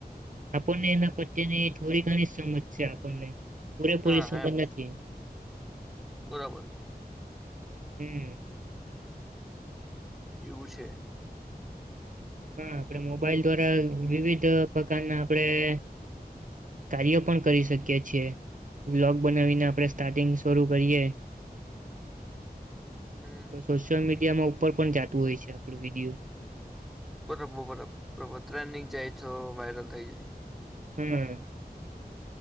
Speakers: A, on the right; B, in the centre.
A: આપણને એના પ્ચેની થોડી ઘણી સમજ છે, આપણને પૂરેપૂરી
B: હા
A: સંપત
B: એમ
A: નથી.
B: બરાબર
A: હમ
B: એવું છે
A: હા આપણે મોબાઈલ દ્વારા વિવિધ પ્રકારના આપણેે કાર્યો પણ કરી શકીએ. છીએ બ્લોગ બનાવીને આપણે સ્ટાર્ટિંગ શરૂ કરીએ.
B: હમ
A: તો સોશિયલ મીડિયામાં ઉપર પણ જતું હોય છે આપણું વિડીયો.
B: બરાબર બરોબર બરોબર ટ્રેન્ડંગ જાય તો વાયરલ થઇ જાય.
A: હમ